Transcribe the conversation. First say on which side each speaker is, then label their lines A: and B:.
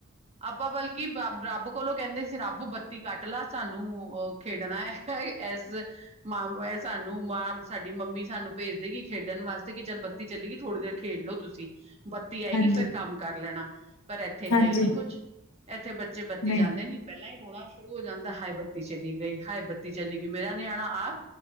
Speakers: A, on the right; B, on the left.
A: ਆਪਾਂ ਬਲਕਿ ਬ ਰੱਬ ਕੋਲੋਂ ਕਹਿੰਦੇ ਸੀ, ਰੱਬ ਬੱਤੀ ਕੱਟ ਲਾ, ਸਾਨੂੰ। ਖੇਡਣਾ ਹੈ, ਇਸ। ਮਾਂ ਸਾਨੂੰ ਮਾਂ, ਸਾਡੀ ਮੰਮੀ ਸਾਨੂੰ ਭੇਜ ਦੇਗੀ, ਖੇਡਣ ਵਾਸਤੇ ਕਿ ਚੱਲ। ਬੱਤੀ ਚੱਲੀ ਗਈ ਥੋੜ੍ਹੀ ਦੇਰ ਖੇਡਲੋ ਤੁਸੀ। ਬੱਤੀ ਆਏਗੀ
B: ਹਾਂਜੀ
A: ਫੇਰ ਕੰਮ ਕਰ ਲੈਣਾ, ਪਰ ਇੱਥੇ
B: ਹਾਂਜੀ
A: ਹੈ ਈ ਨੀ ਕੁੱਛ, ਇੱਥੇ ਬੱਚੇ।
B: ਨਹੀਂ
A: ਨਈਂ, ਨਈ, ਪਹਿਲਾਂ ਹੀ ਰੋਣਾ ਸ਼ੁਰੂ ਹੋ ਜਾਂਦਾ ਹਾਏ, ਬੱਤੀ ਚਲੀ ਗਈ, ਹਾਏ ਬੱਤੀ ਚਲੀ ਗਈ, ਮੇਰਾ ਨਿਆਣਾ ਆਪ।